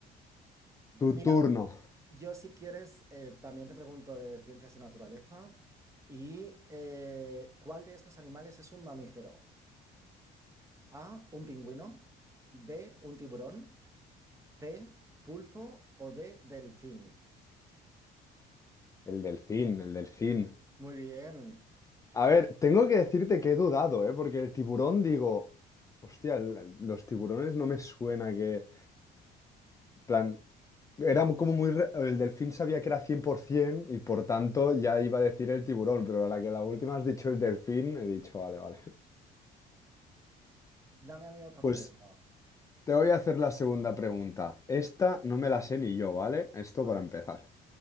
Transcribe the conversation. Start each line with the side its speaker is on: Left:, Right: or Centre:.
Right: Mira,
Left: Tu turno.
Right: yo si quieres, eh, también te pregunto de ciencias y naturaleza. ¿Y eh, cuál de estos animales es un mamífero? A, un pingüino. B, un tiburón. C, pulpo o D, delfín.
Left: El delfín, el delfín.
Right: Muy bien.
Left: A ver, tengo que decirte que he dudado, ¿eh? Porque el tiburón, digo, hostia, el- el- los tiburones no me suena que, plan, era como muy... re- El delfín sabía que era 100% y por tanto ya iba a decir el tiburón, pero a la que la última has dicho el delfín, he dicho, vale, vale. <laughs>
Right: Dame a mí otra
Left: Pues
Right: pregunta.
Left: te voy a hacer la segunda pregunta. Esta no me la sé ni yo, ¿vale? Esto
Right: A
Left: para
Right: ver.
Left: empezar.